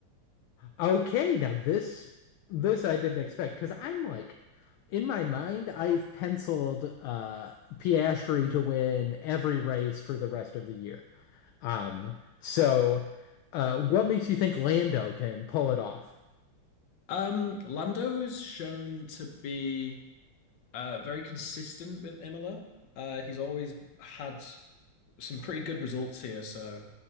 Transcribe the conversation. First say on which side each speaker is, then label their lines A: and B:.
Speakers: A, on the left; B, on the left.
A: Okay, now this this I didn't expect because I'm like, in my mind, I've penciled uh, Piastri to win every race for the rest of the year. Um, so uh, what makes you think Lando can pull it off?
B: Um, Lando is shown to be Uh, very consistent with Imola. Uh, he's always had some pretty good results here. So,